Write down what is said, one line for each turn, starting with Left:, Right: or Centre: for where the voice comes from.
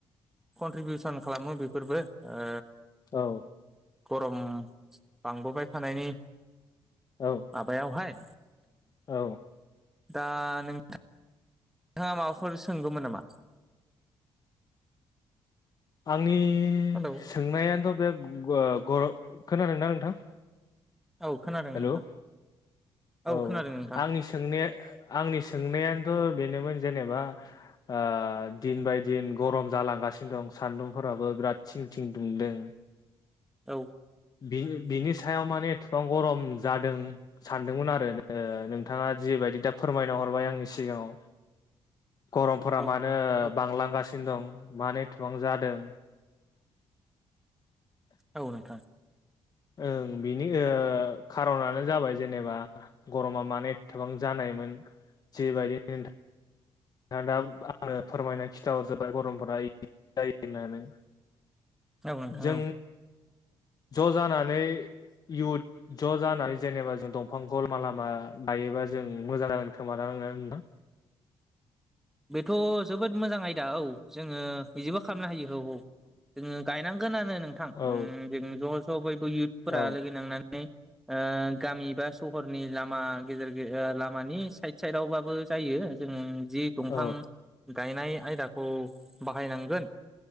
Centre: कन्ट्रिबिउसन खालामो बेफोरबो ओ
Left: औ
Centre: गरम बांबोबाय थानायनि
Left: औ
Centre: माबायावहाय
Left: औ
Centre: दा नों नोंथाङा माबाफोर सोंगौमोन नामा
Left: आंनि
Centre: हेलौ
Left: सोंनायानोथ' बे ग' खोनादोंना नोंथां
Centre: औ खोनादों नोंथां
Left: हेलौ औ
Centre: खोनादों नोंथां
Left: आंनि सोंनाया आंनि सोंनायानोथ' बेनोमोन जेनेबा ओ दिन बाय दिन गरम जालांगासिनो दं सान्दुंफोराबो बिराद थं थिं दुमदों
Centre: औ
Left: बि बिनि सायाव माने एथबां गरम जादों सानदोंमोन आरो नोंथाङा जेबायदि दा फोरमायना हरबाय आंनि सिगाङाव गरमफोरा
Centre: औ
Left: मानो
Centre: औ
Left: बांलांगासिनो दं मानो एथबां जादों
Centre: औ नोंथां
Left: ओं बिनि ओ खारनानो जाबाय जेनेबा गरमा मानो एथबां जानाय मोन जेबायदि नोंथां दा आंनो फोरमायनानै खिन्थाहरजोबबाय गरमफोरा जायो होननानै
Centre: औ नोंथां
Left: जों
Centre: औ
Left: ज' जानानै इयुथ ज' जानानै जेनेबा जों दंफां लामा लामा गायोबा जों मोजां जागोन खोमा जागोन <unintelligible>
Centre: बेथ' जोबोद मोजां आयदा औ जोङो बिदिबो खालामनो हायो औ औ जोङो गायनांगोनानो नोंथां
Left: औ
Centre: जों ओम ज' ज' बयबो इयुथफोरा
Left: औ
Centre: लोगो नांनानै ओ गामि बा सहरनि लामा गेजेर गेजे लामानि साइद साइदावबाबो जायो जोङो दंफां
Left: औ
Centre: गायनाय आयदाखौ बाहायनांगोन